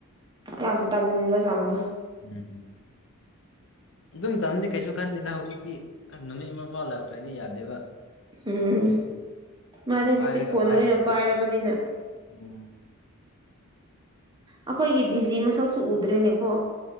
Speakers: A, on the right; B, on the left.
A: ꯌꯥꯝ ꯇꯟꯕ ꯆꯥꯡꯗꯣ
B: ꯎꯝ ꯑꯗꯨꯝ ꯇꯝꯗꯤ ꯀꯩꯁꯨ ꯈꯟꯗꯦꯗ ꯍꯧꯖꯤꯛꯇꯤ ꯅꯨꯃꯤꯠ ꯑꯃ ꯐꯥꯎ ꯂꯥꯛꯇ꯭ꯔꯗꯤ ꯌꯥꯗꯦꯕ
A: ꯎꯝ
B: ꯐꯣꯟ
A: ꯃꯥꯅꯦ ꯍꯧꯖꯤꯛꯇꯤ
B: ꯄꯥꯏꯔꯒ
A: ꯐꯣꯟ
B: ꯄꯥꯏꯗ꯭ꯔꯗꯤ
A: ꯂꯣꯏꯅ ꯄꯥꯏꯔꯕꯅꯤꯅ
B: ꯑꯁ ꯎꯝ
A: ꯑꯩꯈꯣꯏꯒꯤ ꯗꯤꯖꯤ ꯃꯁꯛꯁꯨ ꯎꯗ꯭ꯔꯦꯅꯦꯀꯣ